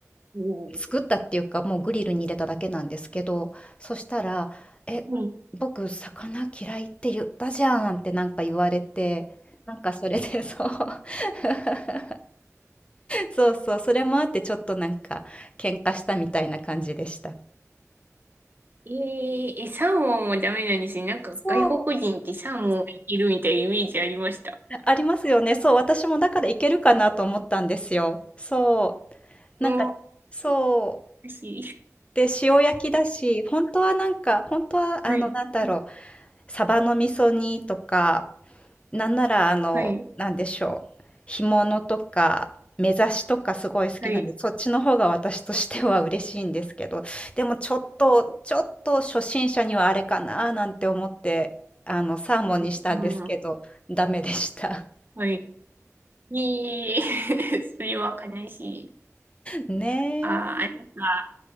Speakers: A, on the right (about 40°); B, on the left (about 20°).
A: お
B: 作ったっていうか、もうグリルに入れただけなんですけど、そしたら、え、
A: ー
B: 僕、魚嫌いって言ったじゃんってなんか言われて、なんかそれでそう。<laughs> そうそう、それもあってちょっとなんか喧嘩したみたいな感じでした。
A: えー、え、サーモンはダメなんですね。なんか外国人ってサーモンがいけるみたいなイメージありました。
B: そう、ありますよね。そう、私もだからいけるかなと思ったんですよ。そう、
A: もう、
B: なんか、そう。
A: おしい。
B: で、塩焼きだし、本当はなんか、本当はあの、
A: はい、
B: なんだろう、サバの味噌煮とか、なんならあの、
A: はい、
B: なんでしょう、干物とか、目刺しとかすごい好きなんで、
A: はい。
B: そっちの方が私としては嬉しいんですけど、でもちょっと、ちょっと初心者にはあれかななんて思って、あの、サーモンにしたんですけど、
A: うん、
B: ダメでした。
A: はい。えー、<laughs> それは悲しい。
B: <laughs> ねえ、
A: あー、あなんか